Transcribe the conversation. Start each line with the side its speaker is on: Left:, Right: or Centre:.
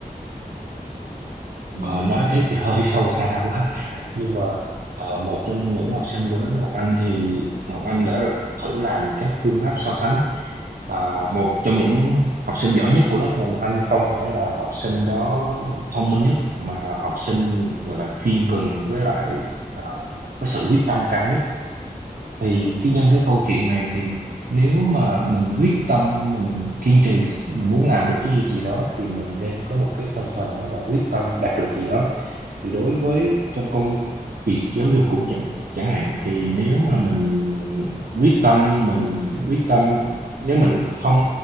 Left: thì mình
Right: Ờ, nói
Left: nghĩ là
Right: thế thì hơi <laughs> sâu xa quá nhưng mà ờ, một trong những học sinh của lớp Ngọc Anh thì Ngọc Anh đã thử làm các phương pháp so sánh Ờ, một trong những học sinh giỏi nhất của lớp Ngọc Anh không phải là học sinh đó thông minh nhất mà là học sinh gọi là chuyên cần với lại ờ, có sự quyết tâm cao nhất
Left: Ừ.
Right: thì cái nhân cái câu chuyện này thì nếu mà mình quyết tâm mình kiên trì mình muốn làm được cái việc gì đó thì mình nên có một cái tinh thần đó là quyết tâm đạt được gì đó thì đối với trong công việc giáo dục cũng chẳng chẳng hạn thì nếu mà mình quyết tâm mình quyết tâm nếu mình không